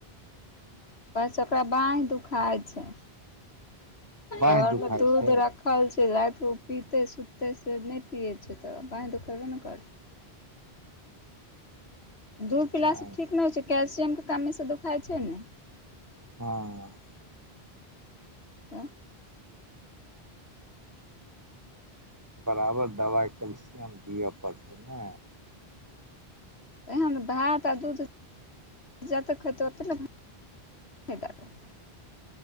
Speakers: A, on the left; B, on the right.
A: बस ओकरा बाँहि दुखाय छैय।
B: बाँहि
A: घरमे
B: दुखाइ
A: दूध
B: छै
A: रखल छैय राइत ओ पितै सुखतै से नहि पियै छैय तऽ बाँहि दुखेबे ने करतै दूध पिलास
B: बाँहि,
A: से ठीक नहि होइ छैय। कैल्सियम के कमी से दुखाइ छैय ने
B: हँ
A: आ
B: बराबर दबाइ कैल्सियम दिअ पड़तै ने
A: एहन भात आ दूध <inaudible> जतेक खयतै ओतेक ने <unintelligible>